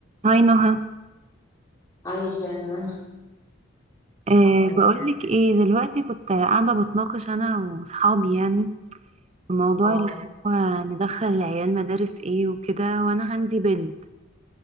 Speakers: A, on the right; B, on the left.
A: هاي نهى
B: عايشة أنا
A: أه
B: أخبارك
A: بقولك ايه دلوقتي كنت قاعدة بتناقش أنا وصحابي يعني في موضوع
B: اه
A: اللي هو ندخل العيال مدارس ايه وكده وأنا عندي بنت